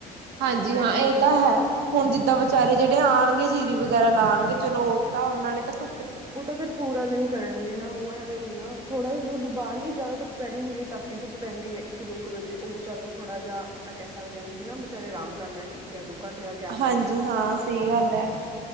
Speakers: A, on the right; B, on the right.
A: ਹਾਂਜੀ
B: ਥੋੜੇ
A: ਹਾਂ
B: ਟਾਈਮ
A: ਇਹ ਤਾਂ ਹੈ ਹੁਣ ਜਿੱਦਾਂ ਵਿਚਾਰੇ ਜਿਹੜੇ ਆਉਣਗੇ ਜੀ ਵਗੈਰਾ ਲਾਣਗੇ ਚਲੋ ਉਹ ਤਾਂ ਉਹਨਾਂ ਨੇ ਤਾਂ ਧੁਪ
B: ਉਹ ਤਾਂ ਫੇਰ ਪੂਰਾ ਦਿਨ ਕਰਨਗੇ ਨਾ ਉਹ ਐਵੇਂ ਨੀ ਨਾ ਥੋੜਾ ਜਦੋਂ ਬਾਲੀ ਈ ਜ਼ਾਦਾ ਧੁੱਪ ਪੈ ਰੀ ਹੁੰਦੀ ਹੈ ਤਪਦੀ ਧੁੱਪ ਪੈਂਦੀ ਹੈ ਇਕ ਇੱਕ ਦੋ ਕੁ ਵਜੇ ਉਦੋਂ ਚਲ ਥੋੜਾ ਜਿਹਾ ਆਪਾਂ ਕਹਿ ਸਕਦੇ ਹਾਂ ਵੀ ਹੈਨਾ ਵਿਚਾਰੇ ਆਰਾਮ ਕਰ ਲੈਣ ਇੱਕ ਜਾਂ ਦੋ ਘੰਟੇ ਦਾ ਗੈਪ
A: ਹਾਂਜੀ
B: ਲੈ ਲੈਣ
A: ਹਾਂ ਸਹੀ ਗੱਲ ਹੈ